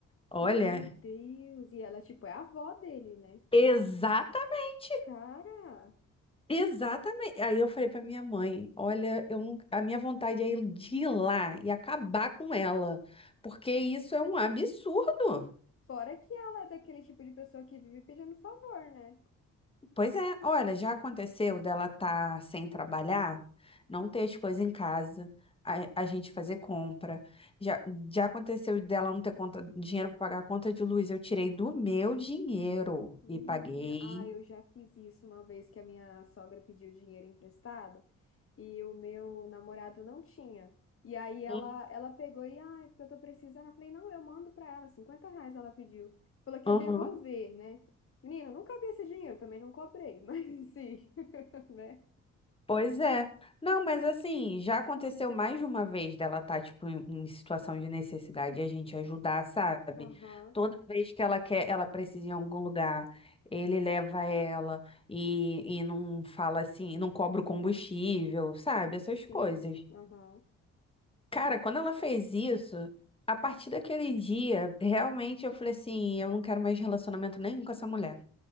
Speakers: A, on the left; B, on the left.
A: Olha,
B: meu Deus. E ela, tipo, é a avó dele, né?
A: exatamente,
B: Cara,
A: exatamente. Aí eu falei pra minha mãe, olha, eu não, a minha vontade é ir de ir lá e acabar com ela, porque isso é um absurdo.
B: fora que ela é daquele tipo de pessoa que vive pedindo favor, né?
A: Pois é, olha, já aconteceu dela estar sem trabalhar, não ter as coisas em casa, a, a gente fazer compra. Já, já aconteceu dela não ter conta, dinheiro para pagar a conta de luz. Eu tirei do meu dinheiro
B: Menina,
A: e paguei.
B: ah, eu já fiz isso uma vez que a minha sogra pediu dinheiro emprestado. e o meu namorado não tinha. E aí ela,
A: Hum.
B: ela pegou e, ah, é porque eu tô precisando. Eu falei, não, eu mando pra ela, 50 reais ela pediu. Falou que
A: Aham.
B: ia devolver, né? Menina, não cabia esse dinheiro, eu também não cobrei, <laughs> mas sim, <laughs> né?
A: Pois é. Não, mas assim, já aconteceu mais de uma vez dela estar, tipo, em, em situação de necessidade e a gente ajudar, sabe?
B: Aham,
A: Toda vez que ela quer, ela precisa ir em algum lugar, ele leva ela e, e não fala assim, não cobra o combustível, sabe? Essas
B: sim,
A: coisas.
B: aham.
A: Cara, quando ela fez isso, a partir daquele dia, realmente eu falei assim, eu não quero mais relacionamento nenhum com essa mulher,